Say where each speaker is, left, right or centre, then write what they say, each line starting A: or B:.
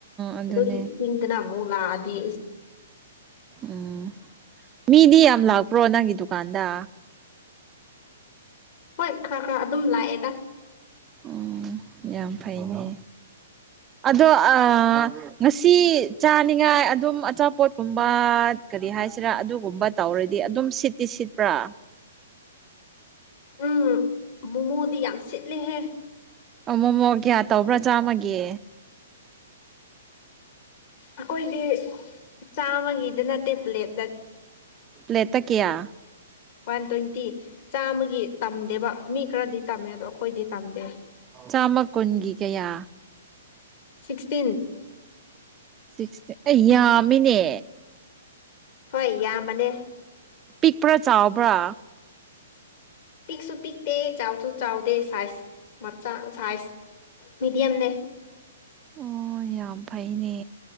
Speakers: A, on the right; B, on the left.
A: ꯑꯗꯨꯅꯦ
B: ꯑꯗꯨꯒꯤ ꯄꯤꯡꯗꯅ ꯑꯃꯨꯛ ꯂꯥꯛꯑꯗꯤ
A: ꯎꯝ ꯃꯤꯗꯤ ꯌꯥꯝ ꯂꯥꯛꯄ꯭ꯔꯣ ꯅꯪꯒꯤ ꯗꯨꯀꯥꯟꯗ
B: ꯍꯣꯏ ꯈꯔ ꯈꯔ ꯑꯗꯨꯝ ꯂꯥꯛꯑꯦꯗ
A: ꯎꯝ ꯌꯥꯝ ꯐꯩꯅꯦ ꯑꯗꯣ ꯑ ꯉꯁꯤ ꯆꯥꯅꯤꯡꯉꯥꯏ ꯑꯗꯨꯝ ꯑꯆꯥꯄꯣꯠꯀꯨꯝꯕ ꯀꯔꯤ ꯍꯥꯏꯁꯤꯔꯥ ꯑꯗꯨꯒꯨꯝꯕ ꯇꯧꯔꯗꯤ ꯑꯗꯨꯝ ꯁꯤꯠꯇꯤ ꯁꯤꯠꯄ꯭ꯔꯥ
B: ꯎꯝ ꯃꯣꯃꯣꯗꯤ ꯌꯥꯝ ꯁꯤꯠꯂꯦꯍꯦ
A: ꯃꯣꯃꯣ ꯀꯌꯥ ꯇꯧꯕ꯭ꯔꯥ ꯆꯥꯝꯃꯒꯦ
B: ꯑꯩꯈꯣꯏꯒꯤ ꯆꯥꯃꯒ ꯏ ꯅ ꯇꯦ ꯄ꯭ꯂꯦꯟ
A: ꯂ꯭ꯂꯦꯇ ꯀꯌꯥ
B: ꯋꯥꯟ ꯇ꯭ꯋꯦꯟꯇꯤ ꯆꯥꯃꯒꯤ ꯇꯝꯗꯦꯕ ꯃꯤ ꯈꯔꯗꯤ ꯇꯝꯃꯦ ꯑꯗꯣ ꯑꯩꯈꯣꯏꯗꯤ ꯇꯝꯗꯦ
A: ꯆꯥꯝꯃ ꯀꯨꯟꯒꯤ ꯀꯌꯥ
B: ꯁꯤꯛꯁꯇꯤꯟ
A: ꯁꯤꯛꯁꯇꯤ ꯑꯩ ꯌꯥꯝꯃꯤꯅꯦ
B: ꯍꯣꯏ ꯌꯥꯝꯃꯅꯦ
A: ꯄꯤꯛꯄ꯭ꯔꯥ ꯆꯥꯎꯕ꯭ꯔꯥ
B: ꯄꯤꯛꯁꯨ ꯄꯤꯛꯇꯦ ꯆꯥꯎꯁꯨ ꯆꯥꯎꯗꯦ ꯁꯥꯏꯖ ꯃꯆꯥ ꯁꯥꯏꯖ ꯃꯤꯦꯗꯤꯌꯝꯅꯦ
A: ꯑꯣ ꯌꯥꯝ ꯐꯩꯅꯦ